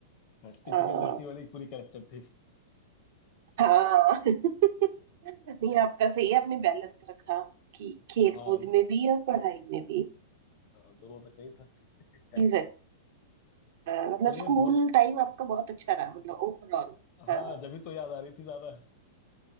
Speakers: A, on the right; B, on the left.
A: मेरा
B: हाँ, टिपिकल लड़की
A: अ,
B: वाली पूरी कैरेक्टर थी
A: हाँ <laughs> नहीं
B: चलिए
A: आपका सही है आपने बैलेंस रखा कि खेल
B: हाँ
A: कूद में भी और पढ़ाई में भी
B: हाँ दोनों रख नहीं था क्या
A: चीज
B: कर-
A: हाँ, मतलब
B: चलिए
A: स्कूल
B: बहुत
A: टाइम आपका बहुत अच्छा रहा मतलब ओवरऑल
B: हाँ
A: हाँ
B: जब भी तो याद आ रही थी ज्यादा